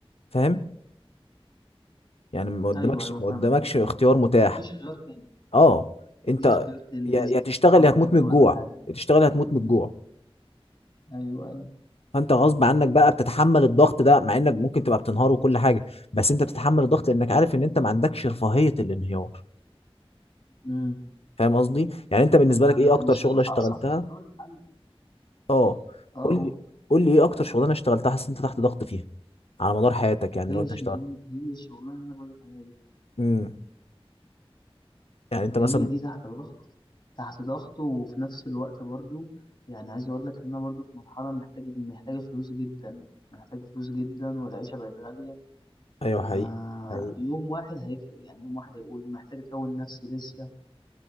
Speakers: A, on the left; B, on the left.
A: فاهم يعني ما قدامكش
B: ايوه ايوه
A: ما
B: فاهم
A: قدامكش اختيار متاح
B: مفيش خيار تاني
A: اه انت
B: مفيش اختيار تاني
A: يا
B: لازم
A: يا تشتغل
B: تتحرك
A: يا هتموت
B: دلوقتي
A: من الجوع
B: حالا
A: يا تشتغل يا هتموت من الجوع
B: ايوه ايوه
A: فانت غصب عنك بقى بتتحمل الضغط ده مع انك ممكن تبقى بتنهار وكل حاجه بس انت بتتحمل الضغط لانك عارف ان انت ما عندكش رفاهيه الانهيار
B: امم
A: فاهم قصدي يعني انت بالنسبه
B: ما
A: لك
B: عند...
A: ايه
B: مش
A: اكتر شغله
B: هينفع
A: اشتغلتها
B: اصلا تختار الحل
A: اه
B: اه
A: قول
B: قول
A: لي قول لي ايه اكتر شغلانه اشتغلتها حاسس إن انت تحت ضغط فيها على مدار حياتك يعني
B: هي
A: لو انت
B: الشغلانه
A: اشتغلت
B: هي الشغلانه اللي انا بقول لك عليها دي
A: امم يعني انت
B: هي
A: مثلا
B: دي تحت ضغط تحت ضغط وفي نفس الوقت برضو يعني عايز اقول لك ان انا برضو في مرحله محتاج محتاجه فلوس جدا محتاجه فلوس جدا والعيشه بقت غاليه
A: ايوه
B: فيوم
A: حقيقي حقيقي
B: واحد هيفرق يعني يوم واحد هيقول محتاج اكون نفسي لسه